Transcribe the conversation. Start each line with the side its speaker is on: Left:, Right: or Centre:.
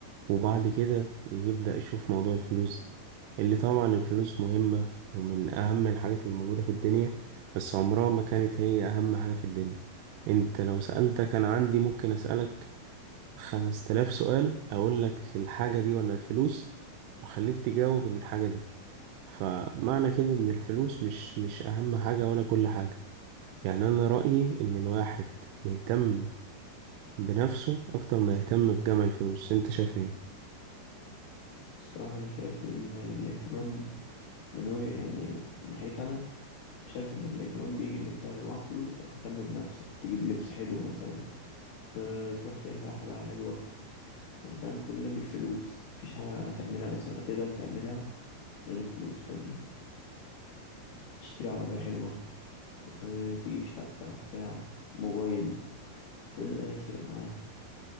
Right: وبعد كده يبدأ يشوف موضوع الفلوس ده اللي طبعا الفلوس مهمة ومن أهم الحاجات اللي موجودة في الدنيا بس عمرها ما كانت هي أهم حاجة في الدنيا أنت لو سألتك أنا عندي ممكن أسألك خمس تلاف سؤال أقول لك الحاجة دي ولا الفلوس وخليك تجاوب الحاجة دي فمعنى كده إن الفلوس مش مش أهم حاجة ولا كل حاجة يعني أنا رأيي إن الواحد يهتم بنفسه أكتر ما يهتم بجمع الفلوس أنت شايف إيه؟
Left: الصراحه انا شايف ان الاهتمام من وجه يعني من ناحيتي انا شايف ان الاهتمام بيجي ان انت يبقى معاك فلوس فتهتم بنفسك فتجيب لبس حلو مثلا أه تروح تحلق حلاقه حلوه يعني فاهم كل ده بالفلوس مفيش حاجة هتعملها مثلا هتقدر تعملها من غير فلوس فاهمني تشتري عربية حلوة أه تجيب شقة بتاع موبايل كل ده هيفرق معاك